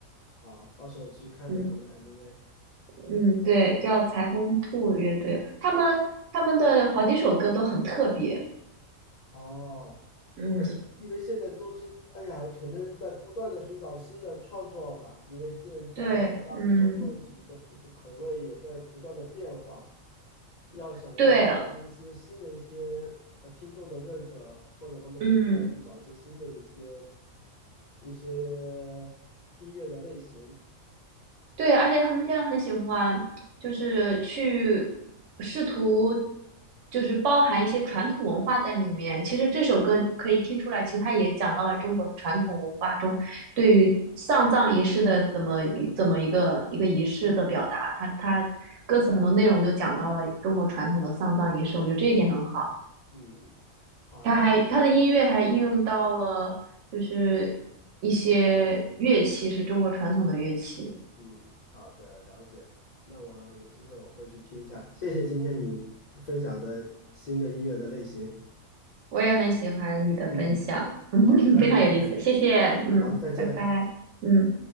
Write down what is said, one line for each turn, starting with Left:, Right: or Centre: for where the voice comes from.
Left: 好，到时候去看一下他们的
Right: 嗯
Left: MV。
Right: 嗯，对，叫裁缝铺乐队，他们他们的好几首歌都很特别，
Left: 哦，
Right: 嗯，
Left: 那因为现在都是，哎呀，可能在不断的寻找新的创作吧，因为现在的大受众体的不的口味也在不断的变化，
Right: 对，嗯，
Left: 要想一获得一些新的一些呃听众的认可，
Right: 对，
Left: 或者他们肯定要去找一些新的一些
Right: 嗯，
Left: 一些音乐的类型。
Right: 对，而且他们现在很喜欢，就是去试图，就是包含一些传统文化在里面。其实这首歌可以听出来，其实它也讲到了中国的传统文化中对于丧葬仪式的怎么一怎么一个一个仪式的表达。它它歌词很多内容都讲到了中国传统的丧葬仪式，我觉得这一点很好。
Left: 嗯，好的。
Right: 它还它的音乐还应用到了就是一些乐器，是中国传统的乐器。
Left: 嗯，好的，了解。那我有机会我会去听一下。谢谢今天你分享的新的音乐的类型。
Right: 我也很喜欢你的分享，
Left: 嗯，
Right: <laughs>
Left: 好的，
Right: 非常有意思，
Left: 嗯，
Right: 谢谢，嗯，
Left: 好，再见。
Right: 拜拜，嗯。